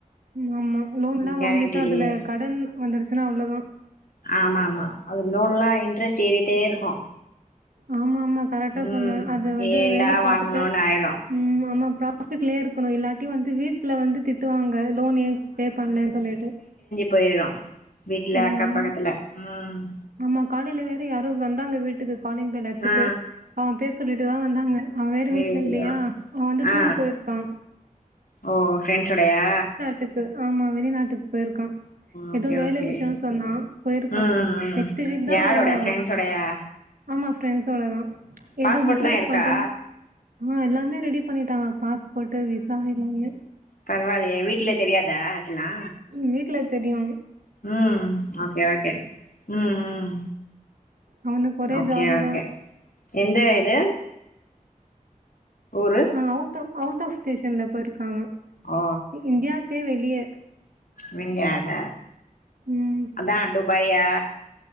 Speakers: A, on the right; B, on the left.
A: ம் ஆமா லோன்லா
B: கேரண்டி
A: வாங்கிட்டா
B: இல்லயே
A: அதுல கடன் வந்துருச்சின்னா அவ்ளதா
B: ஆமா ஆமா அது லோன்லா இன்ட்ரெஸ்ட் ஏறிட்டே இருக்கு
A: ஆமா ஆமா கரெக்டா
B: ம்
A: சொன்ன அது வந்து
B: ஏன்டா
A: வேல பாத்துட்டு
B: வாங்கணுன்னு ஆயிரு
A: ம் ஆமா ப்ரா ஆபீஸ்லே இருக்கணு இல்லாட்டி வந்து வீட்ல வந்து திட்டுவாங்க லோன் ஏ பே பண்ணலன்னு சொல்லிட்டு
B: போய்டுரா வீட்ல
A: ம்
B: அக்க
A: ஆமா
B: பக்கத்துல ம்
A: ஆமா காலேல வேற யாரோ வந்தாங்க வீட்டுக்கு காலிங் பெல் அடிச்சிட்டு
B: ஆ
A: அவ பேர் சொல்லிட்டுதா வந்தாங்க அவ வேற
B: ஐயையோ
A: வீட்ல இல்லயா அவ வந்து
B: ஆ
A: டூர் போயிருக்கா
B: ஓ ஃப்ரெண்ட்ஸ் ஓடயா
A: திக்கு ஆமா வெளிநாட்டுக்கு போயிருக்கா
B: ஓகே
A: ஏதோ வேல
B: ஓகே
A: விஷயன்னு சொன்னா போயிருக்கா
B: ம் ம்
A: திடீர்னு தா
B: யாரோட
A: வருவா அவ
B: ஃப்ரெண்ட்ஸோடயா
A: ஆமா ஃரெண்ட்ஸோட தா
B: பாஸ்போர்ட்லா
A: ஏதோ பிசினஸ்
B: இருக்கா
A: பண்றேன்னு ஆ எல்லாமே ரெடி பண்ணிட்டான பாஸ்போர்ட் விசா எல்லாமே
B: பரவாயில்லையே வீட்டல தெரியாதா அதுலா
A: உ வீட்ல தெரியு
B: ம் ஓகே ஓகே ம் ம்
A: அவனுக்கு ஒரே
B: ஓகே
A: ஜாலி
B: ஓகே
A: தான்.
B: எந்த இது ஒரு
A: ஆ அவுட் ஆ அவுட் ஆஃப் ஸ்டேஷன்ல போயிருக்காங்க
B: ஓ
A: இந்தியாவுக்கே வெளிய
B: விங்காத
A: ம்
B: அதா டூபாயா